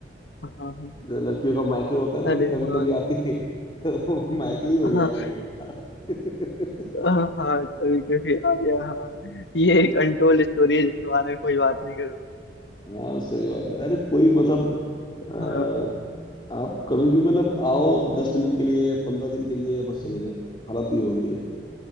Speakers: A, on the left (about 70°); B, on the left (about 25°).
A: हाँ हाँ
B: जो लड़कियों का मायके होता है ना
A: अरे
B: कि कभी
A: हाँ
B: कभी
A: ये-
B: आती है <laughs> तो वो मायके ही हो गया
A: हाँ
B: है
A: हाँ हाँ कभी कभी आया हाँ ये
B: <laughs>
A: कंट्रोल स्टोरेज के बारे में कोई बात नहीं कर
B: हाँ सही बात है अरे कोई मतलब अ,
A: हाँ
B: आप कभी भी मतलब आओ दस मिनट के लिए या पंद्रह दिन के लिए या बस चले
A: हम्म,
B: जाए हालत ये हो गई है